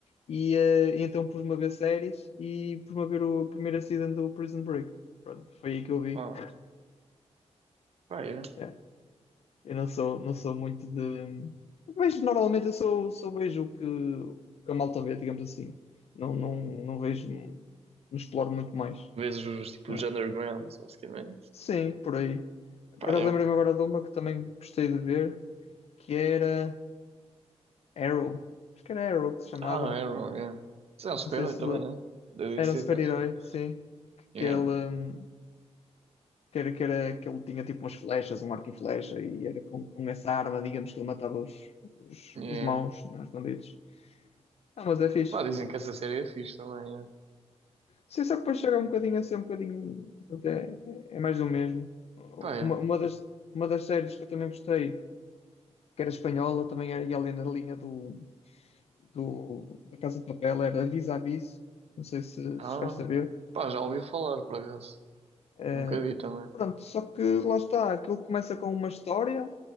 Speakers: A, on the left; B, on the right.
A: E eh, então pus-me a ver séries e pus-me a ver o primeiro season do Prison Break. Pronto, foi aí que eu vi.
B: Ah, pá, yeah.
A: Yeah. Eu não sou, não sou muito de. Mas normalmente eu sou, sou vejo o que, o que a malta vê, digamos assim. Não, não, não vejo, não exploro muito mais.
B: Vês os, tipo,
A: Ah,
B: os undergrounds, basicamente.
A: sim, por aí.
B: Pá,
A: Por acaso
B: yeah.
A: lembrei-me agora de uma que também gostei de ver, que era. Arrow. Acho que era Arrow que se chamava.
B: Ah, Arrow, yeah. Isso é um super-herói
A: Não sei se
B: também, né? Da DC,
A: era um super-herói,
B: então, se for.
A: sim.
B: yeah,
A: Que ele, hum, que era, que era que ele tinha tipo umas flechas, um arco e flecha, e era com, com essa arma, digamos, que ele matava os, os,
B: yeah.
A: os maus, né, os bandidos. Ah, mas é fixe.
B: Pá, dizem que essa série é fixe também, yeah.
A: Sim, só que depois chega um bocadinho a ser um bocadinho. até É, é mais do mesmo. Uma,
B: Pá, yeah.
A: uma, das, uma das séries que eu também gostei, que era espanhola, também era e ali na linha do, do, da Casa de Papel, era Vis a Vis. Não sei se,
B: Ah,
A: se chegaste a ver.
B: pá, já ouvi falar, por acaso.
A: Eh,
B: Nunca vi também.
A: pronto, só que lá está, aquilo começa com uma história